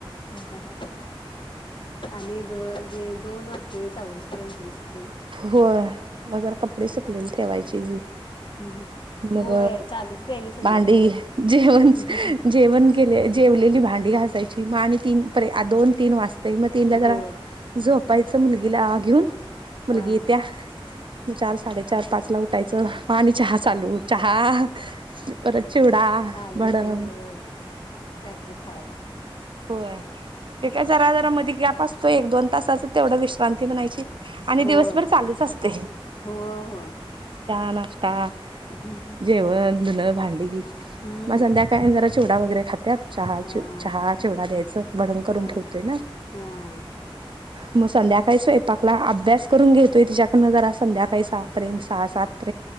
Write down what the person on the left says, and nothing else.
ह ह आणि दो जे दोन वाजते आवरुस पर्यंत करुस पर्यंत
हम्म हम्म
होय चालूच आहे आणि संध्याकाळचं.
हम्म
हम्म
होय
हा
चालू
होतय होय काय तरी. खायला.
होय.
होय होय
हम्म हम्म
हम्म
हा
हा
हा